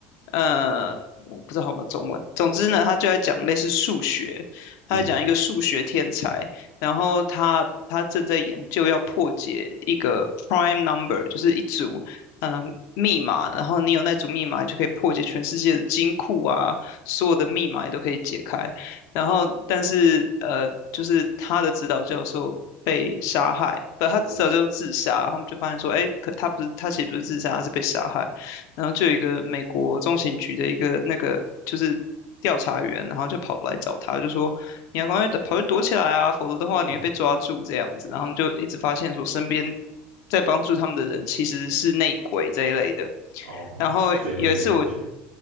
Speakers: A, on the left (about 60°); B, on the right (about 85°).
A: 呃，我不知道有没有中文。总之呢，他就在讲类似数学，他在讲一个数学天才，
B: 嗯，
A: 然后他他正在研究要破解一个 prime number，就是一组嗯。呃密码，然后你有那组密码，你就可以破解全世界的金库啊，所有的密码也都可以解开。然后但是呃，就是他的指导教授被杀害，不，他指导教授自杀，
B: 哦，
A: 他们就发现说，哎，可他不是他其实不是自杀，他是被杀害。然后就有一个美国中情局的一个那个就是调查员，然后就跑来找他，就说你要赶快跑去躲起来啊，否则的话你会被抓住这样子。
B: 嗯
A: 然后他们就一直发现说，身边在帮助他们的人其实是内鬼这一类的。
B: 哦，
A: 然后有一次，
B: 悬疑的感觉，
A: 我